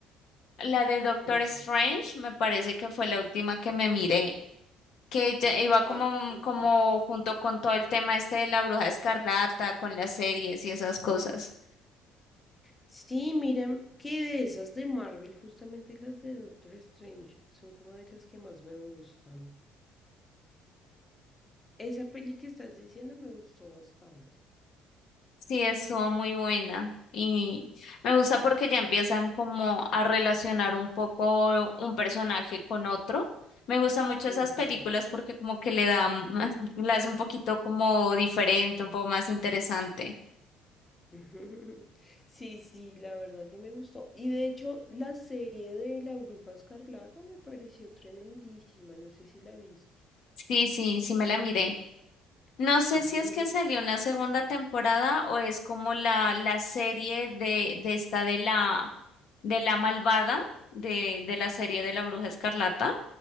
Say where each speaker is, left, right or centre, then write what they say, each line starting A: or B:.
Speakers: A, on the left (about 65°); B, on the left (about 20°).
A: la de Doctor
B: Ujú.
A: Strange, me parece que fue la última que me miré. que ya iba como,
B: Ay,
A: mm,
B: ujú.
A: como junto con todo el tema este de la Bruja Escarlata, con las series y esas cosas.
B: Sí, mira, que de esas de Marvel, justamente las de Doctor Strange, son como de las que más me gustan. Esa peli que estás diciendo me gustó bastante.
A: Sí, estuvo muy buena y me gusta porque ya empiezan como a relacionar un poco un personaje con otro. Me gustan mucho
B: Ujú.
A: esas películas porque como que le dan, <laughs> la hace un poquito como diferente, un poco más interesante.
B: ujú. <laughs> Sí, sí, la verdad que me gustó. Y de hecho, la serie de La Bruja Escarlata me pareció tremendísima. No sé si la viste.
A: Sí, sí, sí me la miré. No
B: <laughs>
A: sé
B: Ujú.
A: si es que salió una segunda temporada o es como la, la serie de, de esta de la de la malvada de, de la serie de la Bruja Escarlata.